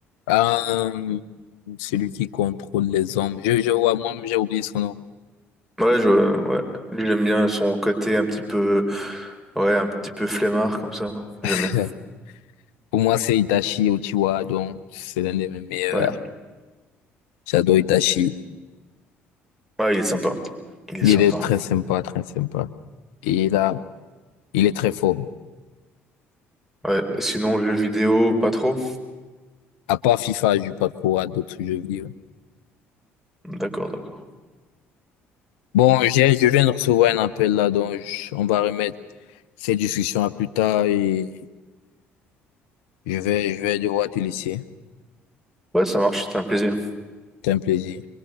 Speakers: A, on the left; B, in the centre.
A: Euh, celui qui contrôle les hommes. Je, je vois, moi, j'ai oublié son nom.
B: Ouais, je, ouais. Lui, j'aime bien son côté un petit peu, ouais, un petit peu flemmard comme ça. J'aime
A: <laughs>
B: bien.
A: Pour moi, c'est Itachi Uchiwa, donc c'est l'un de mes meilleurs.
B: Ouais,
A: J'adore Itachi.
B: ouais, il est sympa. Il est
A: Il
B: sympa.
A: est très sympa, très sympa. Et là, il est très fort.
B: Ouais. Sinon, le jeu vidéo, pas trop.
A: À part FIFA, je joue pas trop à d'autres jeux vidéo.
B: D'accord, d'accord.
A: Bon, j'ai- je viens de recevoir un appel là, donc je- on va remettre Cette discussion à plus tard et je vais, je vais devoir te laisser.
B: Ouais, ça marche. C'était un plaisir.
A: C'est un plaisir.